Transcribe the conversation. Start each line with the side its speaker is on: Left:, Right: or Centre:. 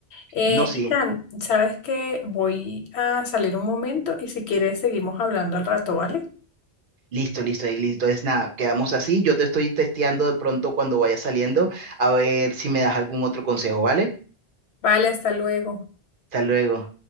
Left: Eh,
Right: No, sí.
Left: Itan, sabes que voy a salir un momento y si quieres seguimos hablando al rato, ¿vale?
Right: Listo, listo, Eglis. Entonces, nada, quedamos así. Yo te estoy testeando de pronto cuando vaya saliendo, a ver si me das algún otro consejo, ¿vale?
Left: Vale, hasta luego.
Right: Hasta luego.